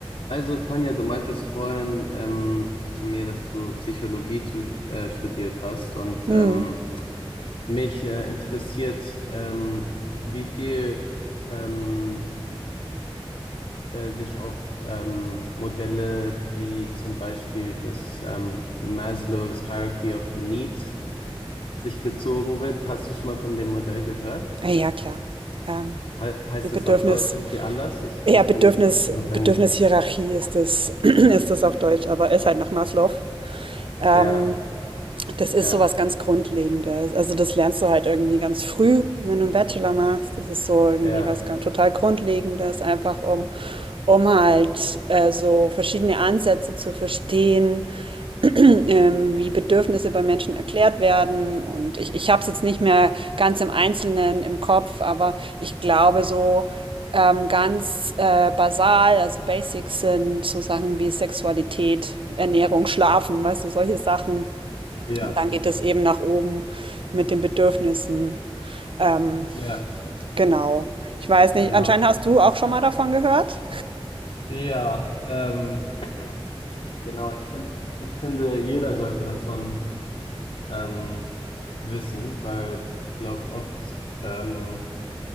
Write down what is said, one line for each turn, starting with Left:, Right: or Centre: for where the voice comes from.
Left: Also, Tanja, du meintest vorhin ähm, zu mir, dass du Psychologie zu, äh, studiert hast und
Right: Mhm.
Left: ähm, mich äh, interessiert, ähm, wie viel ähm, äh, sich auf ähm, Modelle wie zum Beispiel das ähm, Maslow's Hierarchy of Needs sich bezogen wird. Hast du schon mal von dem Modell gehört?
Right: Ah Ja, klar. Ähm,
Left: He heißt
Right: die Bedürfnis,
Left: es auf Deutsch irgendwie anders? Ich,
Right: ja,
Left: ich
Right: Bedürfnis,
Left: kenne es nur auf Englisch.
Right: Bedürfnishierarchie ist das, <clears throat> ist das auf Deutsch, aber ist halt nach Maslow. Ähm,
Left: Ja,
Right: das ist
Left: ja,
Right: so was ganz Grundlegendes. Also das lernst du halt irgendwie ganz früh, wenn du einen Bachelor machst. Das ist so irgendwie
Left: ja.
Right: was ganz, total Grundlegendes, einfach um, um halt äh, so verschiedene Ansätze zu verstehen <clears throat> ähm, wie Bedürfnisse bei Menschen erklärt werden. Und ich, ich habe es jetzt nicht mehr ganz im Einzelnen im Kopf, aber ich glaube so ähm, ganz äh, basal, also Basics sind so Sachen wie Sexualität, Ernährung, Schlafen, weißt du, solche Sachen.
Left: Ja,
Right: Und dann geht es eben nach oben mit den Bedürfnissen. Ähm,
Left: ja.
Right: genau. Ich weiß nicht,
Left: Genau.
Right: anscheinend hast du auch schon mal davon gehört.
Left: Ja, ähm, genau, ich finde, ich finde, jeder sollte davon ähm, wissen, weil ich glaube, oft ähm,